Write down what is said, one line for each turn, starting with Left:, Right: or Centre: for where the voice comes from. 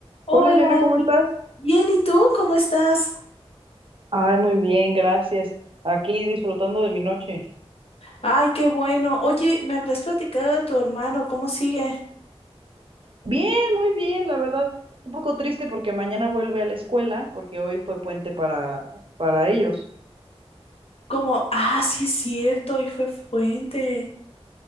Left: Hola,
Right: Hola Elena, ¿cómo
Left: qué-
Right: estás?
Left: bien, ¿y tú cómo estás?
Right: Ay, muy bien, gracias. Aquí disfrutando de mi noche.
Left: Ay, qué bueno. Oye, me habrás platicado de tu hermano, ¿cómo sigue?
Right: Bien, muy bien, la verdad. Un poco triste porque mañana vuelve a la escuela, porque hoy fue puente para, para ellos.
Left: Como, ah, sí, es cierto, y fue fuente.